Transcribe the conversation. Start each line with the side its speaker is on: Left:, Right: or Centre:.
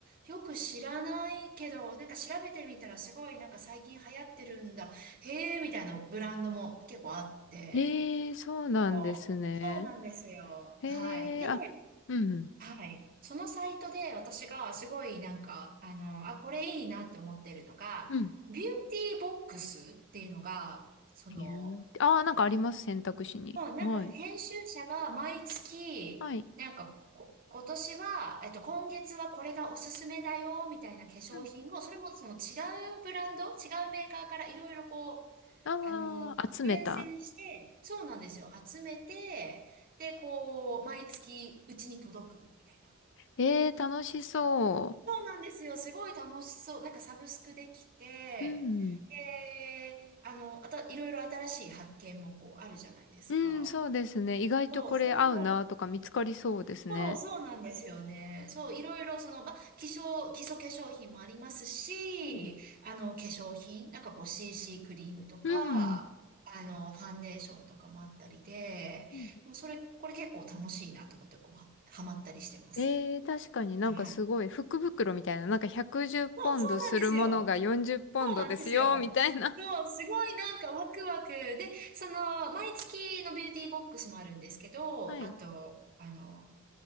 Right: よく知らないけど、なんか調べてみたらすごいなんか最近流行ってるんだ。へえ、みたいなブランドも結構あって。
Left: ええ、そうなんですね。
Right: そうそうなんですよ。
Left: へ
Right: はい。で、
Left: え、あ、うん、うん。
Right: はい。そのサイトで私がすごいなんか、あの、あ、これいいなって思ってるのが、
Left: うん。
Right: ビューティーボックスっていうのが、その、
Left: ビューティああー、なんかあります、
Right: なんか、
Left: 選択肢に。
Right: もうなんか編集者が毎月、
Left: はい。はい。
Right: なんかこ、今年は、えっと、今月はこれがおすすめだよ、みたいな化粧品を、
Left: うん。
Right: それもその違うブランド、違うメーカーからいろいろこう、
Left: ああ、
Right: あの、
Left: 集めた。
Right: 厳選して、そうなんですよ。集めて、で、こう、毎月うちに届く、みたいな。
Left: えー、楽しそ
Right: そうなんですよ。すごい楽しそう。なんかサブスクできて、
Left: う。うん。
Right: で、あの、あと、いろいろ新しい発見もこう、あるじゃないですか。
Left: うん、そうですね。意外とこれ合うなとか見つかりそうですね。
Right: そう、それをそう、そうなんですよね。そう、いろいろその、まあ、化粧、基礎化粧品もありますし、
Left: うん。
Right: あの、化粧品、なんかこう CC クリームとか、
Left: うん。
Right: あの、ファンデーションとかもあったりで、
Left: うん
Right: もうそれ、これ結構楽しいなと思って、こう、は、はまったりしてます。
Left: えー、確かになんかすごい福袋みたいな、
Right: はい。
Left: なんか110ポンドするものが40ポンドですよ、
Right: そう、そうなんですよ。そうなんですよ。
Left: みたいな。
Right: そう、すごいなんかワクワク。で、その、毎月のビューティーボックスもあるんですけど、
Left: はい。
Right: あと、あの、